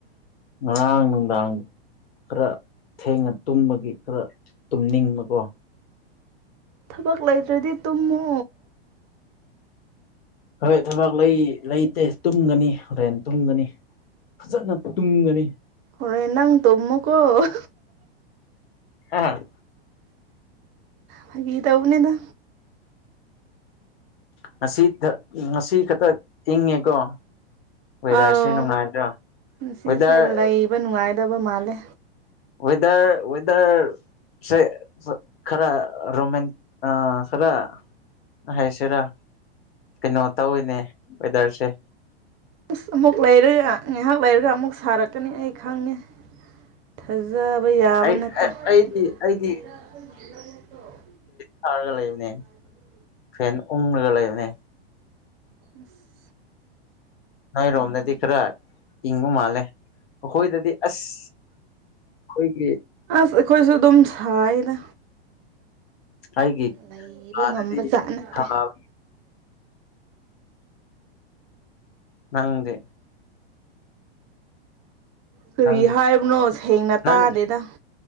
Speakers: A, on the left; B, on the right.
A: ꯉꯔꯥꯡ ꯅꯨꯡꯗꯥꯡ ꯈꯔ ꯊꯦꯡꯅ ꯇꯨꯝꯕꯒꯤ ꯈꯔ ꯇꯨꯝꯅꯤꯡꯕꯀꯣ
B: ꯊꯕꯛ ꯂꯩꯇ꯭ꯔꯗꯤ ꯇꯨꯝꯃꯨ
A: ꯍꯣꯏ ꯊꯕꯥꯛ ꯂꯩ ꯂꯩꯇꯦ ꯇꯨꯝꯒꯅꯤ ꯍꯣꯔꯦꯟ ꯇꯨꯝꯒꯅꯤ ꯐꯖꯅ ꯇꯨꯝꯒꯅꯤ
B: ꯍꯣꯔꯦꯟ ꯅꯪ ꯇꯨꯝꯃꯣꯀꯣ <unintelligible>
A: ꯍꯥ
B: ꯐꯥꯒꯤ ꯇꯧꯕꯅꯤꯗ
A: ꯉꯁꯤ ꯉꯁꯤ ꯈꯛꯇ ꯏꯪꯉꯦꯀꯣ ꯋꯦꯗꯔꯁꯤ
B: ꯑꯥꯎ
A: ꯅꯨꯡꯉꯥꯏꯗ꯭ꯔꯣ
B: ꯉꯁꯤꯁꯦ
A: ꯋꯗꯔ
B: <unintelligible> ꯅꯨꯡꯉꯥꯏꯗꯕ ꯃꯥꯜꯂꯦ
A: ꯋꯦꯗꯔ ꯋꯦꯗꯔ ꯁꯦ ꯈꯔ ꯔꯣꯃ ꯈꯔ ꯍꯥꯏꯁꯤꯔꯥ ꯀꯩꯅꯣ ꯇꯧꯋꯤꯅꯦ ꯋꯦꯗꯔꯁꯦ
B: ꯑꯁ ꯑꯃꯨꯛ ꯂꯩꯔꯒ ꯉꯥꯏꯍꯥꯛ ꯂꯩꯔꯒ ꯑꯃꯨꯛ ꯁꯥꯔꯛꯀꯅꯤ ꯑꯩ ꯈꯪꯉꯦ ꯊꯥꯖꯕ ꯌꯥꯕ
A: ꯑꯩ
B: ꯅꯠꯇꯦ
A: ꯑꯩꯗꯤ
B: <inaudible>
A: ꯑꯩꯗꯤ ꯊꯥꯔꯒ ꯂꯩꯕꯅꯦ ꯐꯦꯟ ꯎꯪꯂꯒ ꯂꯩꯕꯅꯦ
B: ꯑꯁ
A: ꯅꯣꯏꯔꯣꯝꯗꯗꯤ ꯈꯔ ꯏꯪꯕ ꯃꯥꯜꯂꯦ ꯑꯩꯈꯣꯏꯗꯗꯤ ꯑꯁ ꯈꯣꯏꯒꯤ
B: ꯑꯁ ꯑꯩꯈꯣꯏꯁꯨ ꯑꯗꯨꯝ ꯁꯥꯏꯅ
A: ꯑꯩꯒꯤ
B: ꯂꯩꯕ
A: ꯀꯥꯗꯗꯤ
B: ꯉꯝꯕ
A: <inaudible>
B: ꯖꯥꯠ ꯅꯠꯇꯦ
A: ꯅꯪꯗꯦ
B: ꯀꯔꯤ
A: ꯅꯪꯒꯤ
B: ꯍꯥꯏꯕꯅꯣ ꯁꯦꯡꯅ
A: ꯅꯪ
B: ꯇꯥꯗꯦꯗ